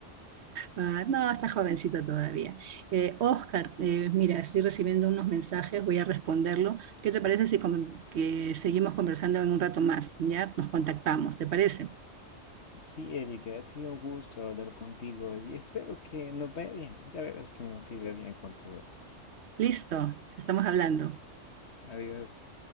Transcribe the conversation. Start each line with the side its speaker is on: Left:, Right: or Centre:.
Right: Ah, no, está jovencito todavía. Eh, Oscar, eh, mira, estoy recibiendo unos mensajes, voy a responderlo. ¿Qué te parece si con- que seguimos conversando en un rato más? Ya nos contactamos, ¿te parece?
Left: Sí, Eric, ha sido un gusto hablar contigo y espero que nos vaya bien. Ya verás que nos siga bien con todo esto.
Right: Listo, estamos hablando.
Left: Adiós.